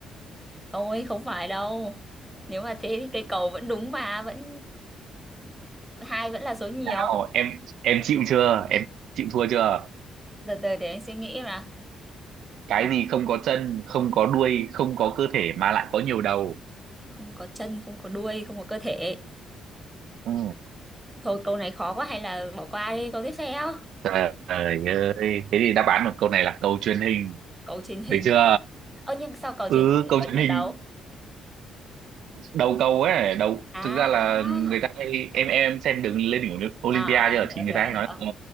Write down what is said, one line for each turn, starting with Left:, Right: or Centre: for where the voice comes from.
Centre: thôi không phải đâu nếu mà thế thì cây cầu vẫn đúng mà vẫn hai vẫn là số nhiều
Right: nào em em chịu chưa em chịu thua chưa
Centre: từ từ để anh suy nghĩ mà
Right: cái
Centre: Ờ,
Right: gì không có chân không có đuôi không có cơ thể mà lại có nhiều đầu
Centre: không có chân không có đuôi không có cơ thể
Right: ừ.
Centre: thôi câu này khó quá hay là bỏ qua đi câu tiếp theo
Right: trời ơi thế thì đáp án của câu này là cầu truyền hình
Centre: cầu truyền hình
Right: được chưa
Centre: á. ơ nhưng sao cầu
Right: ừ
Centre: truyền hình
Right: câu
Centre: lại có
Right: truyền
Centre: nhiều
Right: hình
Centre: đầu
Right: đầu cầu ấy đầu
Centre: à
Right: thực ra là
Centre: à
Right: người ta hay em em xem đường lên đỉnh Olympia
Centre: à, à
Right: chưa
Centre: hiểu
Right: thì người
Centre: hiểu
Right: ta hay
Centre: hiểu
Right: nói ờ,